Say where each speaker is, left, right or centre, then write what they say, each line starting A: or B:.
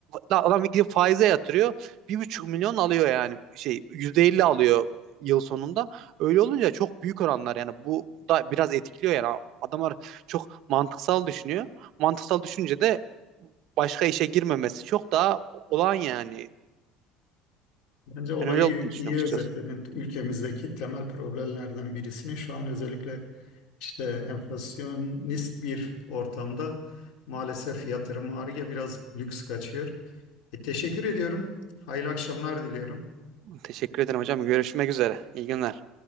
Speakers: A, on the right (about 55°); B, on the left (about 70°).
A: adam gidip faize yatırıyor. Bir buçuk milyon alıyor yani şey yüzde elli alıyor yıl sonunda. Öyle olunca çok büyük oranlar yani bu da biraz etkiliyor yani adamlar çok mantıksal düşünüyor. Mantıksal düşünce de başka işe girmemesi çok daha olağan yani.
B: Bence olayı
A: Ben öyle olduğunu düşünüyorum
B: iyi
A: açıkçası.
B: özetledin. Ülkemizdeki temel problemlerden birisini şu an özellikle işte enflasyonist bir ortamda maalesef yatırım ağrıya biraz lüks kaçıyor. E, teşekkür ediyorum. Hayırlı akşamlar diliyorum.
A: Teşekkür ederim hocam. Görüşmek üzere. İyi günler.